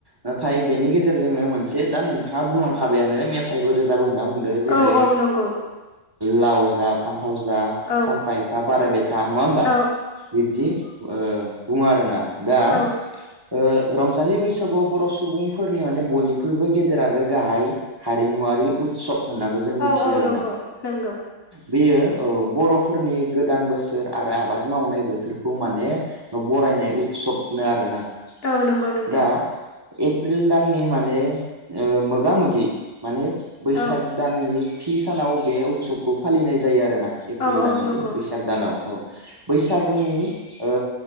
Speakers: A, on the right (about 20°); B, on the left (about 50°).
A: नाथाय बेनि गेजेरजोंनो मोनसे दा नोंथाङा बुंलांखाबायानो मेथाइबो रोज जाबो होनना बुंदो जेरै
B: औ औ नंगौ
A: लाव जाफाम फाथाव जा
B: औ
A: सानफा एफा बारायबाय था नङा होमबा
B: औ
A: बिब्दि ओ बुङो आरो ना दा
B: औ
A: ओ रंजालि बैसागुआव बर' सुबुंफोरनि माने बयनिख्रुइबो गेदेर आरो गाहाय हारिमुवारि उत्सब होननाबो जों
B: औ
A: मिथियो
B: औ
A: आरो
B: नंगौ
A: ना
B: नंगौ
A: बेयो अ बर'फोरनि गोदान बोसोर आरो आबाद मावनाय बोथोरखौ माने बरायनाय उत्सबनो आरोना
B: औ नंगौ नोंथां
A: दा एप्रिल दाननि माने ओ मोगा मोगि माने बैसाग
B: औ
A: दाननि थि सानाव बे उत्सबखौ फालिनाय जायो आरो आरोना एप्रिल
B: औ औ
A: दाननि
B: नंगौ
A: बैसाग दानाव औ बैसागुनि ओ